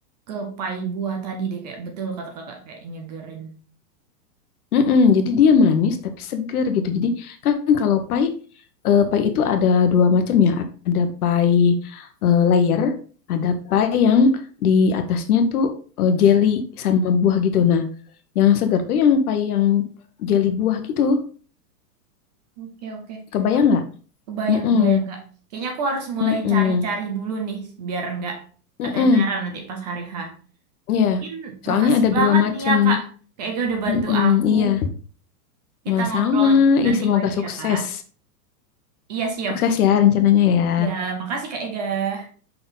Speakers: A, on the right (about 25°); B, on the left (about 60°).
A: ke pai buah tadi deh, kayak betul kata kakak, kayak nyegerin.
B: Mm-mm, jadi dia manis tapi seger gitu. Jadi kan kalau pai, eh, pai itu ada dua macam ya. Ada pai eh, layer, ada pai yang di atasnya tuh eh, jelly sama buah gitu. Nah, yang seger tuh yang pai yang jelly buah gitu.
A: Oke, oke.
B: Kebayang
A: Aku
B: nggak?
A: kebayang,
B: Mm-mm,
A: kebayang, Kak. Kayaknya aku harus mulai
B: mm-mm,
A: cari-cari dulu nih, biar nggak
B: mm-mm.
A: keteteran nanti pas hari H.
B: Iya.
A: Mungkin
B: Soalnya
A: makasih
B: ada
A: banget
B: dua macam.
A: nih ya, Kak. Kak udah bantu
B: Mm-mm,
A: aku.
B: iya, sama-sama.
A: Kita ngobrol nanti
B: Ih, semoga
A: lagi
B: sukses.
A: ya, Kak. Iya, siap.
B: Sukses ya rencananya ya.
A: Ya, makasih Kak Ega.